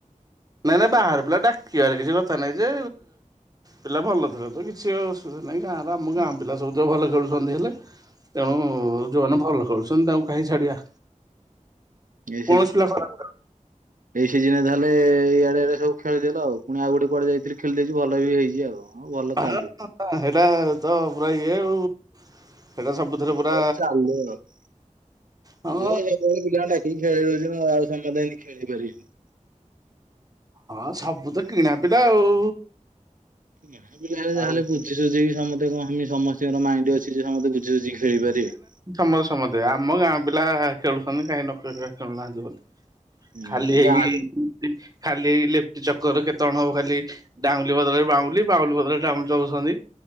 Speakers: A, on the right (about 30°); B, on the right (about 85°).
A: ନାଇଁ ନାଇଁ ବାହାର ପିଲା ଡାକିବାର କିଛି କଥା ନାଇଁ ଯେ ପିଲା ଭଲ ଥିଲେ ତ କିଛି ଅସୁବିଧା ନାହିଁ ଗାଁର ଆମ
B: ହୁଁ
A: ଗାଁ ପିଲା ସବୁ ତ ଭଲ ଖେଳୁଚନ୍ତି ହେଲେ। ତେଣୁ ଯଉମାନେ ଭଲ ଖେଳୁଚନ୍ତି ତାଙ୍କୁ କାହିଁ ଛାଡିବା।
B: <unintelligible> ଏଇ
A: କୌଣସି ପିଲା ଖରାପ
B: ସିଜିନ୍ ରେ ତାହେଲେ ଏଇଆଡେ ସବୁ ଖେଳିଦେଲ ଆଉ ପୁଣି ଆଉ ଗୋଟେ କୁଆଡେ ଯାଇଥିଲି ଖେଳିଦେଇଚି ଭଲ ବି ହେଇଚି ଆଉ। ହଁ ଭଲ
A: ହଁ
B: ଚାଲୁ
A: <inaudible> ହେଟା ତ ପୁରା ଇଏ ଆଉ। ସେଇଟା ସବୁଥିରେ
B: ହଉ
A: ପୁରା
B: ଚାଲୁ ଆଉ <inaudible> କି ଖେଳଉଛି
A: ହଁ
B: ନା ଆଉ ସମସ୍ତେ ହେନ୍ତୀ ଖେଳିଇ ପାରିବେନି।
A: ହଁ ସବୁ ତ କିଣା ପିଲା ଆଉ।
B: ଗାଁ ପିଲା ହେଲେ ଯାହେଲେ
A: ଆଉ
B: ବୁଝିୁସୁଝିକି ସମସ୍ତେ କଣ ସମସ୍ତଙ୍କର ମାଇଣ୍ଡ ଅଛି ସେ ସମସ୍ତେ ବୁ ଝୁ ଜି ଖେଳିପାରିବେ।
A: ଆମର ସମସ୍ତେ ଆମ ଗାଁ ପିଲା ଖେଳୁଛନ୍ତି କାହିଁ ନ <unintelligible> ଖେଳୁନାହାନ୍ତି ବୋଲି।
B: ହୁଁ
A: ଖାଲି ହେଇ
B: ଗାଁ
A: ଖାଲି ହେଇ ଲେଫ୍ଟି ଚକରରେ କେତେ ଜଣ ହବ ଖାଲି। ଡ଼ାଉଁଲି ବଦଳରେ ବାଉଁଲି ବାଉଁଲି ବଦଳରେ ଡ଼ାଉଁଲି ଦଉଛନ୍ତି।